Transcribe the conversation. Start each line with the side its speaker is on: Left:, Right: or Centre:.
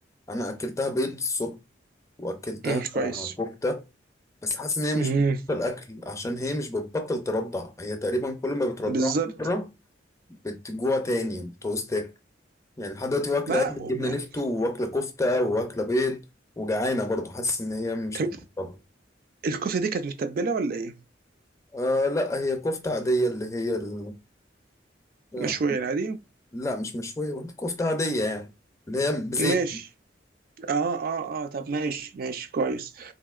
Left: انا اكلتها بيض الصبح واكلتها
Right: امم كويس
Left: كفته بس حاسس ان هي مش
Right: امم
Left: بتبطل اكل عشان هي مش بتبطل ترضع هي تقريبا كل ما بترضع
Right: بالظبط
Left: مره بتجوع تاني بتعوز تاكل يعني لحد دلوقتي واكله
Right: لا
Left: عيش جبنه
Right: و- و-
Left: نفتو واكله كفته واكله بيض وجعانه برضه حاسس ان هي مش
Right: طب
Left: مبطله
Right: الكفته دي كانت متبله ولا ايه
Left: آه لا هي كفته عاديه اللي هي ال... لا
Right: مشويه يعني عادي
Left: لا، مش مشويه برضه كفته عاديه يعني اللي هي بزيت
Right: ماشي اه اه اه طب ماشي ماشي كويس